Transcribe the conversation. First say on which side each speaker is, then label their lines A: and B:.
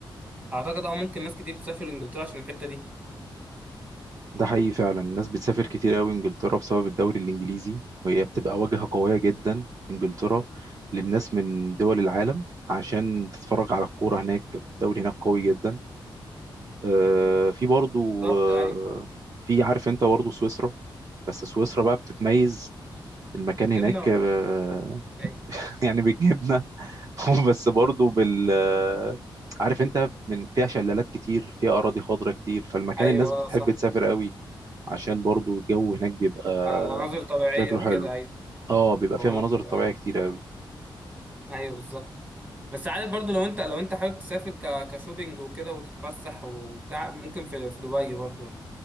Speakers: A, on the right; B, on the right.
A: اعتقد اه ممكن ناس كتير تسافر انجلترا عشان الحته دي
B: ده حقيقي فعلا الناس بتسافر كتير قوي انجلترا بسبب الدوري الانجليزي وهي بتبقى واجهة قوية جدا انجلترا للناس من دول العالم عشان تتفرج على الكورة هناك الدوري هناك قوي جدا آه، في برضو
A: بالظبط
B: آه،
A: ايوه
B: في عارف انت برضو سويسرا بس سويسرا بقى بتتميز المكان
A: بالجبنه
B: هناك
A: ولا
B: آه، <laughs>
A: ايه
B: يعني بيجيبنا <laughs> بس برضو بال آه، عارف انت من فيها شلالات كتير فيها اراضي خضراء كتير فالمكان
A: ايوه
B: الناس بتحب
A: صح
B: تسافر قوي عشان برضو الجو هناك بيبقى
A: مناظر طبيعية
B: شكله
A: وكده
B: حلو
A: أيوة
B: اه بيبقى فيها
A: مناظر
B: مناظر
A: طبيعية
B: طبيعية كتير قوي
A: أيوة بالظبط بس عارف برضو لو أنت لو أنت حابب تسافر ك... كشوبينج وكده وتتفسح وبتاع ممكن في في دبي برضو